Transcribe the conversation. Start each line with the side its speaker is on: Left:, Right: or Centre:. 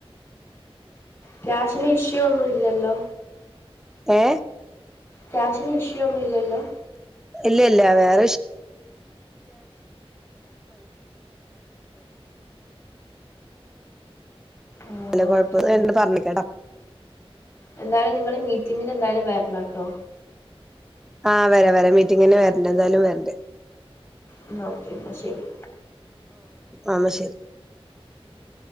Left: ക്യാഷിന് ഇഷ്യൂ ഒന്നും ഇല്ലല്ലോ
Centre: ഏ
Left: ക്യാഷിന് ഇഷ്യൂ ഒന്നും ഇല്ലല്ലോ
Centre: ഇല്ല ഇല്ല വേറെ
Left: ആ ഓകെ
Centre: കൊഴപ്പം പറഞ്ഞിക്കട്ടോ
Left: എന്തായാലും നിങ്ങള് മീറ്റിങ്ങിൽ എന്തായാലും വരണം കേട്ടോ കുട്ടോ
Centre: ആഹ് വരാ വരാ മീറ്റിംഗിന് തന്നെ വരണ്ട എന്തായാലും വരണ്ടേ
Left: എന്ന ഓക്കെ ശരി
Centre: ആന്ന ശരി